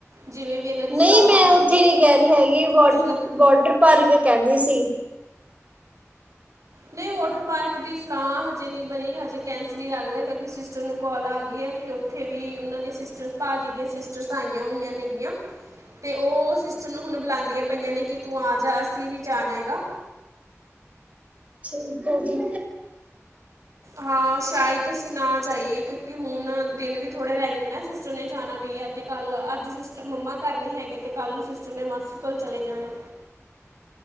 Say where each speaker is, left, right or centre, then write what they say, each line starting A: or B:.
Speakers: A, on the right (about 80°); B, on the right (about 25°).
A: ਜਿਵੇਂ, ਵੀ ਇਹਨਾਂ ਦੀ
B: ਨਈ
A: ਸਲਾਹ
B: ਮੈਂ
A: ਬਣਦੀ
B: ਉੱਥੇ
A: ਹੈ
B: ਨੀ ਕਹਿ ਰਹੀ ਹੈਗੀ, ਬ
A: ਤੁਸੀਂ ਨਾ
B: ਬੋਟਰ ਪਾਰਕ ਕੇ ਕਹਿੰਦੀ ਸੀ।
A: ਨਈ ਵੋਟਰ ਪਾਰਕ ਦੀ ਸਲਾਹ ਹਜੇ ਨੀ ਬਣੀ ਹਜੇ ਕੈਂਸਲ ਨਹੀਂ ਲੱਗਦਾ, ਕਿਉਂਕਿ ਸਿਸਟਰ ਨੂੰ ਕਾੱਲ ਆ ਗੀ ਐ ਕਿ ਕਿ ਉੱਥੇ ਵੀ ਉਹਨਾਂ ਦੀਆਂ ਸਿਸਟਰਸ, ਭਾਅ ਜੀ ਦੀਆਂ ਸਿਸਟਰਸ ਆਈਆ ਹੋਈਆਂ ਨੇ ਗੀਆ। ਤੇ ਉਹ ਸਿਸਟਰ ਨੂੰ ਹੁਣ ਬੁਲਾਉਂਦੀਆਂ ਪਈਆਂ ਨੇ, ਕਿ ਤੂੰ ਆ ਜਾ ਅਸੀਂ ਵੀ ਜਾਣਾ ਐ ਗਾ।
B: ਠੀਕ ਆ ਜੀ।
A: ਹਾਂ, ਸ਼ਾਇਦ ਅਸੀਂ ਨਾ ਜਾਈਏ, ਕਿਉਂਕਿ ਹੁਣ ਦਿਨ ਵੀ ਥੋੜ੍ਹੇ ਰਹਿ ਗਏ ਦੇ ਨਾ ਸਿਸਟਰ ਨੇ ਜਾਣਾ ਵੀ ਐ, ਤੇ ਕੱਲ ਅੱਜ ਸਿਸਟਰ ਮੰਮਾ ਘਰ ਨੀ ਹੈਗੇ। ਤੇ ਕੱਲ ਨੂੰ ਸਿਸਟਰ ਨੇ ਮਾਸੀ ਕੋਲ ਚਲੇ ਜਾਣਾ।